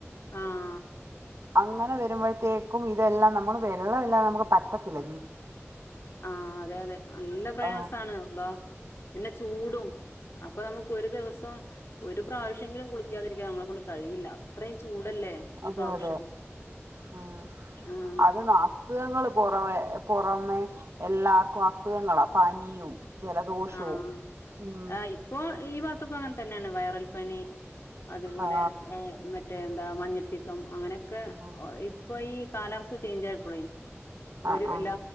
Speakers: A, on the left (about 65°); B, on the right (about 75°).
A: ആഹ്
B: അങ്ങനെ വരുമ്പോഴത്തേക്കും. ഇതെല്ലാം നമ്മള് വെള്ളമില്ലാതെ നമുക്ക് പ ത്തില്ല.
A: ആഹ അതെ അതെ നല്ല പ്രയാസമാണ്
B: ആ,
A: അള്ളാ പിന്നെ ചൂടും. അപ്പൊ നമുക്ക് ഒരു ദിവസം. ഒരു പ്രാവശ്യമെങ്കിലും കുളിക്കാതിരിക്കാ നമ്മളെ കൊണ്ട് കഴിയില്ല അത്രയും ചൂടല്ലേ. ഈ
B: അതെ
A: പ്രാവശ്യം
B: അതെ ഉം
A: ആഹ്
B: അത് ന അസുഖങ്ങൾ പുറമെ പുറമെ എല്ലാർക്കും അസുഖങ്ങളാ പനിയും. ജലദോഷവും
A: ആഹ്
B: ഉം
A: ആഹ് ഇപ്പൊ ഈ ഭാത്തും അങ്ങനെ തന്നെയാണ് വയറൽപ്പനി. അതുപോലെ
B: ആ
A: മ മറ്റേ എന്താ മഞ്ഞപ്പിത്തം അങ്ങനെയൊക്കെ
B: ഉം.
A: ഇപ്പൊ ഈ കാലാവസ്ഥ ചേഞ്ച് ആയപ്പോളേ.
B: ആ
A: ഒരു
B: ആ
A: എല്ലാ